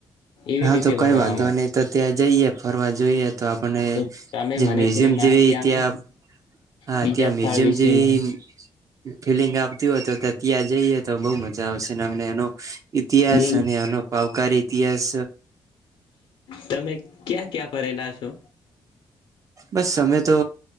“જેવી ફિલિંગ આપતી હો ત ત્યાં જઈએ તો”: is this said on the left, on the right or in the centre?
Right